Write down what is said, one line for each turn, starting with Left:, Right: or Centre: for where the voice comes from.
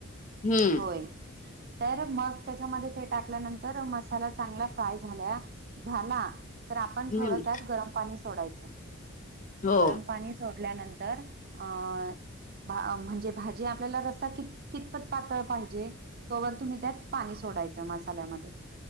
Left: हम्म
Right: होय तर मग त्याच्यामध्ये ते टाकल्यानंतर मसाला चांगला फ्राय झाला. झाला तर आपण
Left: हम्म
Right: थोडं त्यात गरम पाणी सोडायच,
Left: हो
Right: गरम पाणी सोडल्यानंतर अ भा अम म्हणजे भाजी आपल्याला रसा की कितपत पातळ पाहिजे, तोवर तुम्ही त्यात पाणी सोडायचं मसाल्यामध्ये